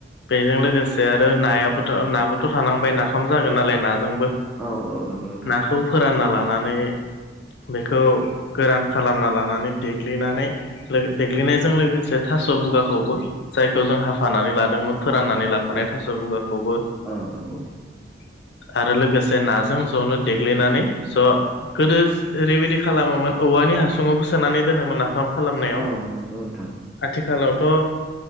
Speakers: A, on the left; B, in the centre.
A: बेजों लोगोसे आरो नायाबोथ' नाबोथ' थानांबाय नाफाम जागोन नालाय ना जोंबो
B: औ औ नंगौ नोंथां
A: नाखौ फोरानना लानानै बेखौ गोरान खालामना लानानै देग्लिनानै देग्लिनायजों लोगोसे था थास' बुगाखौबो जायखौ जों हाफानानै लादोंमोन फोराननानै लाफानाय
B: औ
A: थास' बुगाखौबो
B: औ नंगौ
A: <inaudible> आरो लोगोसे नाजों जनो देग्लिनानै स' गोदो ओरैबायदि खालामोमोन औवा बे हासुङावबो सोनानै दोनोमोन नाफाम खालामनायाव
B: औ नंगौ नोंथां
A: आथिखालाव थ'